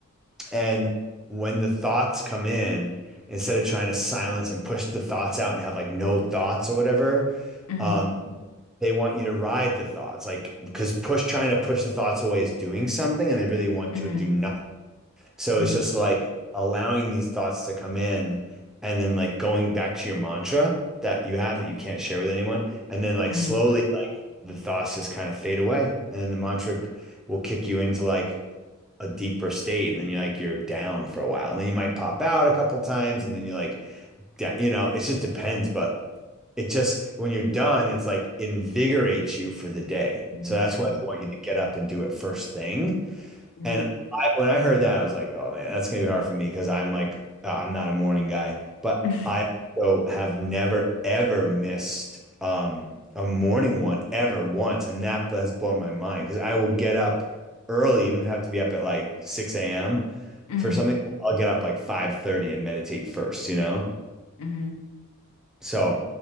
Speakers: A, in the centre; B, on the left (about 65°).
A: and when the thoughts come in, instead of trying to silence and push the thoughts out and have like no thoughts or whatever,
B: Mhm,
A: um, they want you to ride the thoughts. Like, because push trying to push the thoughts away is doing something and they really want
B: mhm,
A: you to do nothing. So
B: mhm,
A: it's just like allowing these thoughts to come in and then like going back to your mantra that you have that you can't share with anyone. And then like
B: mhm,
A: slowly, like the thoughts just kind of fade away. And then the mantra will kick you into like, a deeper state and then you're like you're down for a while and then you might pop out a couple times and then you're like yeah, you know it just depends but it just when you're done it's like invigorates you for the day
B: mhm,
A: so that's why
B: mhm,
A: they want you to get up and do it first thing
B: mhm,
A: and I, when I heard that, I was like, oh man, that's gonna be hard for me because I'm like, uh, I'm not a morning guy. But
B: <laughs>
A: I also have never ever missed um, a morning one ever once, and that has blown my mind because I will get up early, even if I have to be up at like 6 a.m.
B: mhm.
A: for something. I'll get up like 5:30 and meditate first, you know?
B: mhm.
A: So,